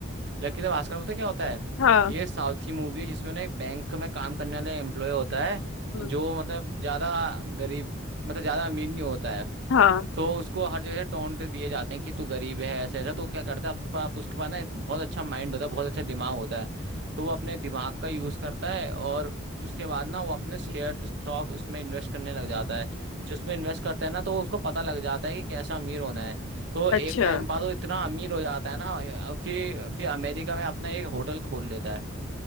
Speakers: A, on the right; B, on the left.
A: लकीला भास्कर में पता है क्या होता है
B: हाँ
A: ये साउथ की मूवी है जिसमें ना एक बैंक में काम करने वाला एम्प्लॉय होता है
B: हम्म,
A: जो मतलब ज्यादा गरीब मतलब ज्यादा अमीर नहीं होता है
B: हाँ
A: तो उसको हर जगह से टोंट दिए जाते हैं कि तू गरीब है ऐसा ऐसा तो क्या करता है अपने पास उसके पास ना एक बहुत अच्छा माइंड होता है बहुत अच्छा दिमाग होता है तो वो अपने दिमाग का यूज करता है और उसके बाद ना वो अपने शेयर स्टॉक उसमें इन्वेस्ट करने लग जाता है जिसमें इन्वेस्ट करता है ना तो उसको पता लग जाता है कि कैसा अमीर होना है तो
B: अच्छा
A: एक टाइम बाद वो इतना अमीर हो जाता है ना अब कि फिर अमेरिका में अपना एक होटल खोल लेता है